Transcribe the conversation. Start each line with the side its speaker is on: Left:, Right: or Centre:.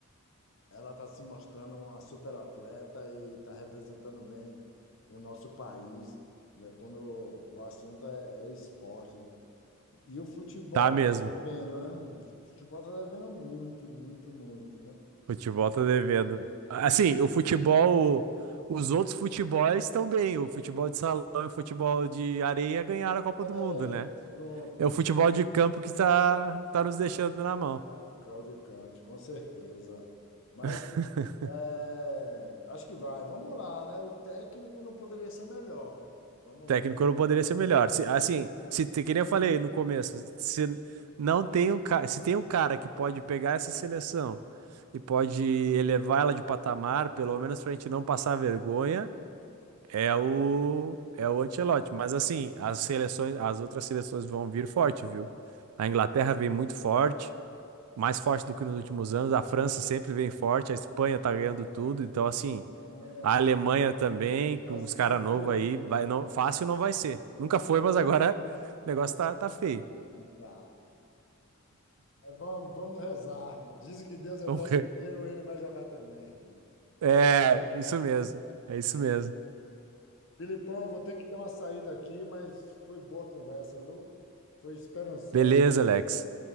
Left: ela está se mostrando uma super atleta e está representando bem o nosso país, né, Quando o assunto é, é esporte, né? E o futebol
Right: tá mesmo.
Left: tá devendo, né? O futebol tá devendo muito, muito, muito, né?
Right: Futebol tá devendo. Assim, o futebol, os outros futebols estão bem. O futebol de salão e o futebol de areia ganharam a Copa
Left: É,
Right: do Mundo, né?
Left: pronto.
Right: É o futebol de campo que tá, tá nos deixando na mão.
Left: O Cláudio Cante, com certeza. Mas
Right: <laughs>
Left: é, acho que vai. Vamos lá, né? O técnico não poderia ser melhor. Vamos
Right: Técnico
Left: ver se
Right: não
Left: ele
Right: poderia ser melhor. Se- assim, se te- que nem eu falei no começo, se não tem um cara, se tem um cara que pode pegar essa seleção e pode elevar ela de patamar, pelo menos pra gente não passar vergonha, É o é o Ancelotti, mas assim, as seleções, as outras seleções vão vir forte, viu? A Inglaterra vem muito forte, mais forte do que nos últimos anos, a França sempre vem forte, a Espanha tá ganhando tudo,
Left: também.
Right: então assim,
Left: Alemanha.
Right: a Alemanha também,
Left: Brasil
Right: com os caras
Left: vai premiar.
Right: novos aí, vai não, fácil não vai ser. Nunca foi, mas agora o negócio tá, tá feio.
Left: Tá. Mas Vamos, vamos rezar. Dizem que Deus é
Right: <laughs> Vamos
Left: brasileiro,
Right: ver.
Left: ele vai jogar também.
Right: É, isso mesmo. É isso mesmo.
Left: Filipão, vou ter que dar uma saída aqui, mas foi boa a conversa, viu? Foi esperançosa.
Right: Beleza, Alex.